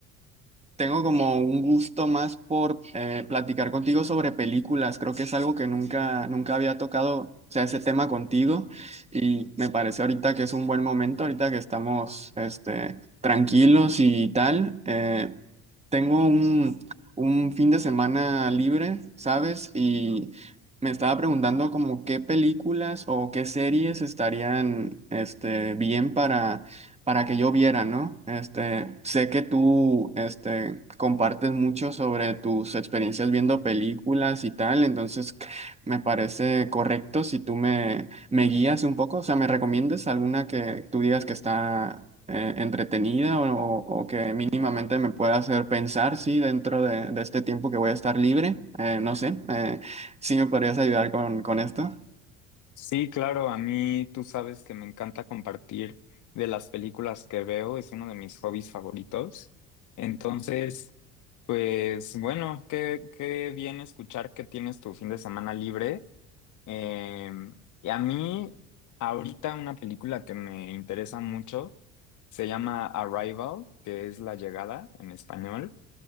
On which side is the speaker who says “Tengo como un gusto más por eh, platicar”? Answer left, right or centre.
Right